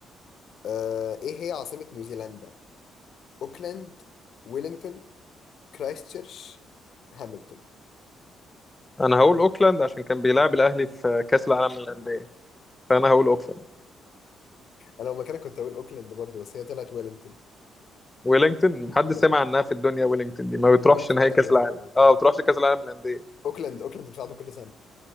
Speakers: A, on the left (about 65°); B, on the left (about 15°).
A: آه ايه هي عاصمة نيوزيلندا اوكلاند ويلينغتون كرايستشيرش هاملتون
B: انا هقول اوكلاند عشان كان بيلعب الاهلي في كاس العالم للانديه فانا هقول اوكلاند
A: انا لو مكانك كنت اقول اوكلاند برضه بس هي طلعت ويلينغتون
B: ويلينجتون محدش
A: ويلينغتون.
B: سامع عنها في الدنيا ويلينجتون دي ما بتروحش
A: انا عمري ما سمعت
B: نهائي كاس
A: عن ويلينغتون
B: العالم
A: دي
B: اه
A: كمان.
B: ما بتروحش كاس العالم للانديه
A: اوكلاند اوكلاند بتلعب كل سنة